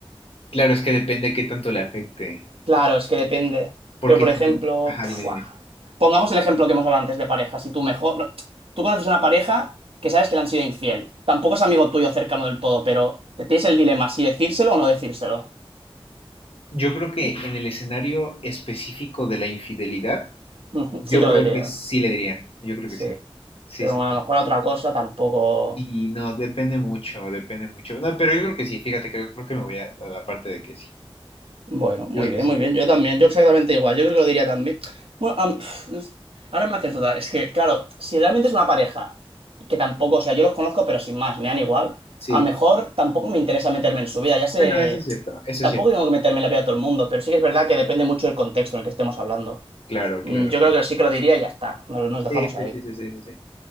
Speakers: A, on the left (about 75°); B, on the right (about 70°).
A: Claro, es que depende qué tanto le afecte.
B: Claro, es que depende.
A: Porque
B: Pero, por
A: sí,
B: ejemplo,
A: ajá,
B: pfua,
A: dime, dime.
B: pongamos el ejemplo que hemos hablado antes de parejas. Si tú mejor, no, tú conoces una pareja que sabes que le han sido infiel. Tampoco es amigo tuyo cercano del todo, pero tienes el dilema si decírselo o no decírselo.
A: Yo creo que en el escenario específico de la infidelidad,
B: <laughs> Ujú,
A: yo
B: Sí que lo
A: creo
B: diría.
A: que sí le diría. Yo creo
B: Sí.
A: que sí. Sí,
B: Pero
A: sí,
B: bueno,
A: sí.
B: a lo mejor otra cosa tampoco.
A: Y no, depende mucho, depende mucho. No, pero yo creo que sí, fíjate que yo creo que me voy a, a la parte de que sí.
B: Bueno, muy
A: Yo creo
B: bien,
A: que sí.
B: muy bien. Yo también, yo exactamente igual. Yo creo que lo diría también. Bueno, am- pf, no sé. ahora me haces dudar. Es que, claro, si realmente es una pareja, que tampoco, o sea, yo los conozco, pero sin más, me dan igual.
A: Sí.
B: A lo mejor tampoco me interesa meterme en su vida. Ya sé,
A: Bueno, eso es cierto, eso
B: tampoco
A: es cierto.
B: tengo que meterme en la vida de todo el mundo, pero sí que es verdad que depende mucho del contexto en el que estemos hablando.
A: Claro,
B: Mm,
A: claro,
B: Yo
A: claro.
B: creo que sí que lo diría y ya está. Nos, nos dejamos
A: Sí, sí,
B: ahí.
A: sí, sí, sí, sí, sí.